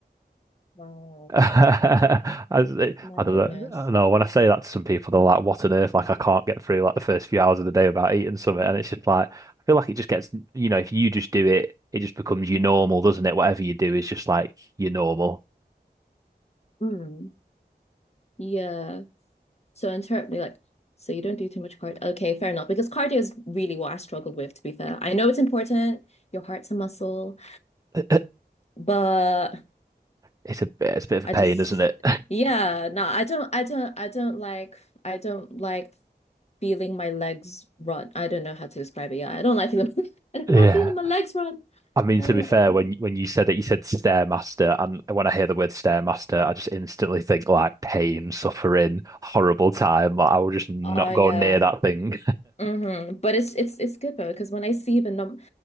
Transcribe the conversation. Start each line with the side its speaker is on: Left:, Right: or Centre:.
Left: Wow.
Right: <laughs> I, I don't know.
Left: My
Right: I don't
Left: goodness.
Right: know. No, When I say that to some people, they're like, "What on earth?" Like, I can't get through like the first few hours of the day without eating something, and it's just like I feel like it just gets, you know, if you just do it, it just becomes your normal, doesn't it? Whatever you do is just like your normal.
Left: Mm. Yeah. So interpret like so you don't do too much cardio. Okay, fair enough. Because cardio is really what I struggled with, to be fair. I know it's important, your heart's a muscle,
Right: <laughs>
Left: but
Right: It's a bit, it's a bit of
Left: I
Right: a pain,
Left: just
Right: isn't it?
Left: yeah, no, I don't I don't I don't like I don't like feeling my legs run. I don't know how to describe it. Yeah, I don't like feeling <laughs> I don't
Right: <laughs>
Left: like
Right: Yeah.
Left: feeling my legs run.
Right: I mean,
Left: I
Right: to
Left: don't
Right: be fair,
Left: like
Right: when when you said it, you said stairmaster, and when I hear the word stairmaster, I just instantly think like pain, suffering, horrible time. Like I will just not
Left: Oh yeah.
Right: go near that thing.
Left: hmm But it's it's it's good though because when I see the num